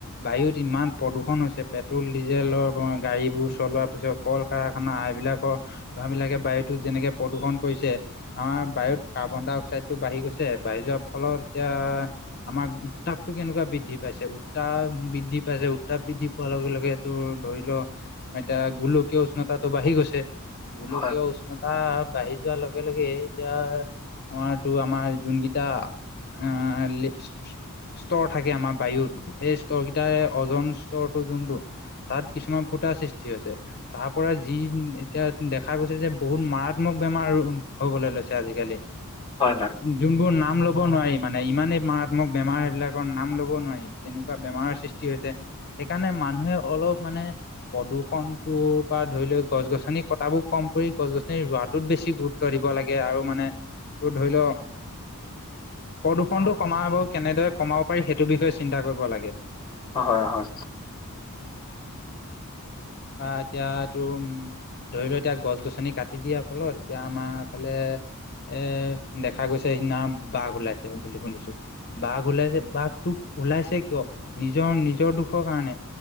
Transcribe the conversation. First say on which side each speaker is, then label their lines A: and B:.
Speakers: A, on the left; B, on the left.
A: বায়ুত ইমান প্ৰদূষণ হৈছে পেট্ৰল ডিজেলৰ গাড়ী বোৰ চলোৱাৰ পিছত কল কাৰখানা এইবিলাকৰ ধৰা বিলাকে বায়ু <unintelligible> যেনেকে প্ৰদূষণ কৰিছে। আমাৰ বায়ুত কাৰ্বন ডাই অক্সাইড টো বাঢ়ি গৈছে বা যোৱাৰ ফলত এতিয়া আমাৰ উত্তাপটো কেনেকুৱা বৃদ্ধি পাইছে উত্তাপ বৃদ্ধি পাইছে উত্তাপ বৃদ্ধি পোৱাৰ লগে-লগে তো ধৰি লও এতিয়া গোলকীয় উষ্ণতাটো বাঢ়ি গৈছে গোলকীয়
B: হয়
A: উষ্ণতা বাঢ়ি যোৱাৰ লগে-লগে এতিয়া আমাৰ তো আমাৰ যোনকেইটা অ', আ স্তৰ থাকে। আমাৰ বায়ুত সেই স্তৰকেইটাৰে অওজন স্তৰটো যোনটো তাত কিছুমান ফুট সৃষ্টি হৈছে তাৰ পৰা যি এতিয়া দে দেখা গৈছে যে বহুত মাৰাত্মক বেমাৰ হবলৈ লৈছে আজিকালি
B: হয়
A: যোনবোৰ নাম নাম ল'ব নোৱাৰি মানে ইমানেই মাৰাত্মক বেমাৰ সেইবিলাকৰ নাম ল'ব নোৱাৰি তেনেকুৱা বেমাৰৰ সৃষ্টি হৈছে সেইকাৰণে মানুহে অলপ মানে প্ৰদূষণটো পৰা ধৰি লও গছ গছনি তাবোৰ কম কৰি গছ গছনি ৰোৱটোত বেছি গুৰুত্ব দিব লাগে আৰু মানে ত ধৰি লও প্ৰদূষণটো কমাব কেনেদৰে কমাব পাৰি সেইটো বিষয়ে চিন্তা কৰিব লাগে
B: হয়, হয়
A: এতিয়া তোৰ উম ধৰি লও এতিয়া গছ গছনি কাটি দিয়ে ফলত এতিয়া আমাৰ ক এৰ দেখা গৈছে সিদিনা বাঘ ওলাইছে বুলি শুনিছো বাঘ ওলাইছে বাঘটোক ওলাইছে কিয় নিজৰ নিজৰ দুখৰ কাৰণে